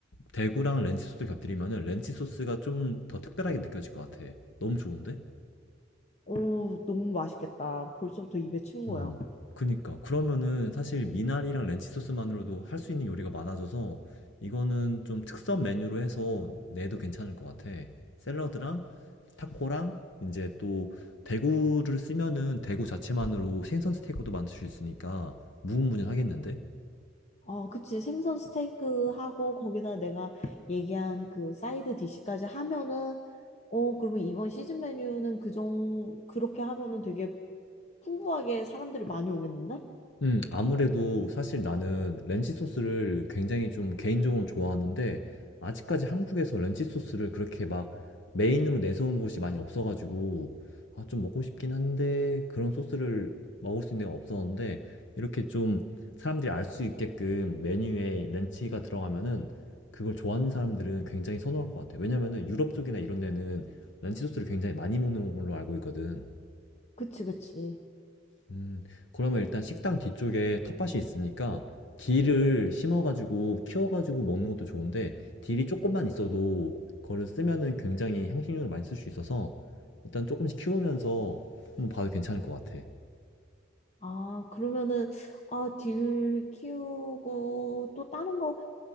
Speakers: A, on the left; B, on the left.
A: 대구랑 렌치 소스를 곁들이면은 렌치 소스가 좀 더 특별하게 느껴질 것 같아. 너무 좋은데?
B: 오, 너무 맛있겠다. 벌써부터 입에 침
A: 어,
B: 고여.
A: 그니까. 그러면은 사실 미나리랑 렌치 소스만으로도 할 수 있는 요리가 많아져서 이거는 좀 특선 메뉴로 해서 내도 괜찮을 것 같아. 샐러드랑 타코랑 이제 또 대구를 쓰면은 대구 자체만으로 생선 스테이크도 만들 수 있으니까 무궁무진하겠는데?
B: 어, 그치. 생선 스테이크 하고 거기다 내가 얘기한 그 사이드 디시까지 하면은 어, 그러면 이번 시즌 메뉴는 그 정, 그렇게 하면은 되게 풍부하게 사람들이 많이 오겠는데?
A: 음, 아무래도 사실 나는 렌치 소스를 굉장히 좀 개인적으로 좋아하는데, 아직까지 한국에서 렌치 소스를 그렇게 막 메인으로 내세운 곳이 많이 없어가지고, 아, 좀 먹고 싶긴 한데, 그런 소스를 먹을 수 있는 데가 없었는데, 이렇게 좀 사람들이 알 수 있게끔 메뉴에 렌치가 들어가면은, 그걸 좋아하는 사람들은 굉장히 선호할 것 같아. 왜냐면은 유럽 쪽이나 이런 데는 렌치 소스를 굉장히 많이 먹는 걸로 알고 있거든.
B: 그치, 그치.
A: 음, 그러면 일단 식당 뒤쪽에 텃밭이 있으니까 딜을 심어가지고 키워가지고 먹는 것도 좋은데 딜이 조금만 있어도 그거를 쓰면은 굉장히 향신료를 많이 쓸 수 있어서 일단 조금씩 키우면서 한번 봐도 괜찮을 것 같아.
B: 아, 그러면은, 아, 딜 키우고 또 다른 거,